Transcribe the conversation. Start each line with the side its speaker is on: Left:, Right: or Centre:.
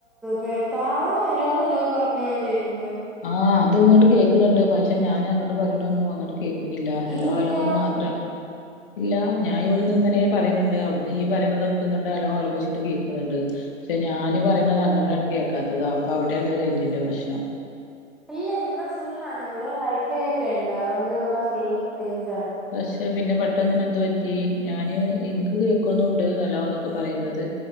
Centre: നിർത്താതെ ഹലോ ഹലോ പറഞ്ഞോണ്ടിരിന്ന്.
Left: ആഹ് അത് ഇങ്ങട്ട് കേക്കണുണ്ട് പക്ഷെ ഞാൻ അങ്ങട് പറയണ ഒന്നു അങ്ങോട്ട് കേക്ക ന്നില്ല ഹലോ
Centre: ഇല്ല
Left: ഹലോന്ന് മാത്ര ഇല്ല ഞാൻ ഇവിടന്ന് ഇങ്ങനെ പറയുന്നുണ്ട്. അവിടുന്ന് ഇയ്യ് പറയണതൊക്കെ ഹലോ ഹലോ ച്ചിട്ട് കേൾക്കുന്ന് ണ്ട്. പക്ഷേ ഞാന് പറയണത് അങ്ങട്ടാണ് കേക്കാത്തത് അപ്പ അവിടേണ് റേഞ്ചിൻ്റെ പ്രശ്നം.
Centre: ഇല്ല ഇവിടെ ഫുൾ ആണ്. ഇവിടെ വൈഫൈ ഒക്കെ ഉണ്ട് അതുകൊണ്ട് ഇവിടെ ഫുൾ റേഞ്ചാണ്.
Left: പക്ഷെ പിന്നെ പെട്ടെന്ന് പിന്നെ എന്തു പറ്റി ഞാന് എനിക്ക് കേക്കുന്നും ഉണ്ട് ഹലോന്നൊക്കെ പറയുന്നത്.